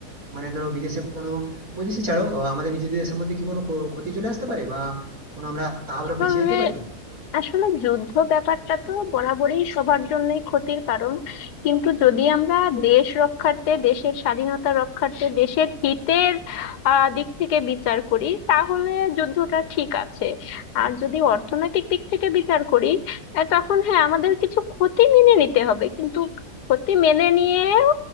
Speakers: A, on the right; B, on the left.
A: মানে ধরো বিদেশে কোনো বৈদেশিক ছাড়ো আহ, আমাদের নিজেদের দেশের মধ্যে কি কোনো ক্ষ- ক্ষতি চলে আসতে পারে বা কোনো আমরা
B: আসলে
A: আরো পিছিয়ে যেতে পারি
B: আসলে যুদ্ধ ব্যাপারটা তো বরাবরই সবার জন্যই ক্ষতির কারণ কিন্তু যদি আমরা দেশ রক্ষার্থে দেশের স্বাধীনতা রক্ষার্থে দেশের হিতের আহ, দিক থেকে বিচার করি তাহলে যুদ্ধটা ঠিক আছে আর যদি অর্থনৈতিক দিক থেকে বিচার করি আহ, তখন হ্যাঁ আমাদের কিছু ক্ষতি মেনে নিতে হবে কিন্তু ক্ষতি মেনে নিয়েও